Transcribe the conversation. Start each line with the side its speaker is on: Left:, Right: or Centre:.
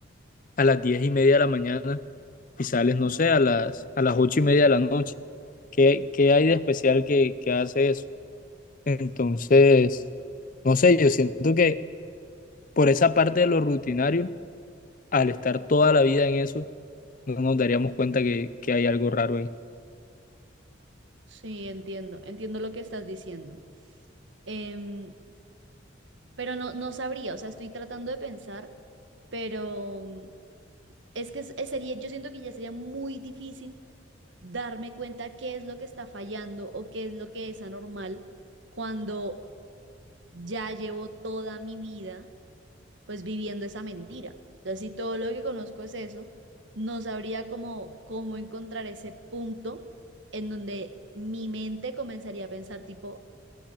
Left: a las diez y media de la mañana y sales, no sé, a las, a las ocho y media de la noche? ¿Qué, qué hay de especial que, que hace eso? Entonces, no sé, yo siento que por esa parte de lo rutinario, al estar toda la vida en eso, no nos daríamos cuenta que, que hay algo raro ahí.
Right: Sí, entiendo, entiendo lo que estás diciendo. Em, pero no, no sabría, o sea, estoy tratando de pensar, pero Es que es- es- sería, yo siento que ya sería muy difícil darme cuenta qué es lo que está fallando o qué es lo que es anormal cuando ya llevo toda mi vida pues viviendo esa mentira. Entonces, si todo lo que conozco es eso, no sabría cómo, cómo encontrar ese punto en donde mi mente comenzaría a pensar tipo,